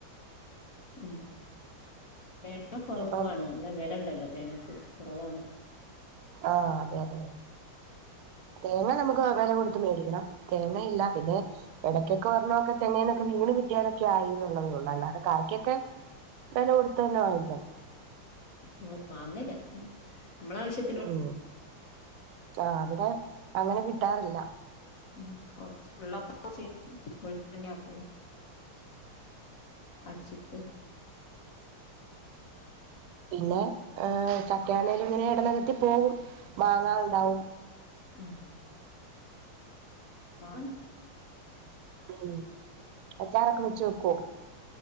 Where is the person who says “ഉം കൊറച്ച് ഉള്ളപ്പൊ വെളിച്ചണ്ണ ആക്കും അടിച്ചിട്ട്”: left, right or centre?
Left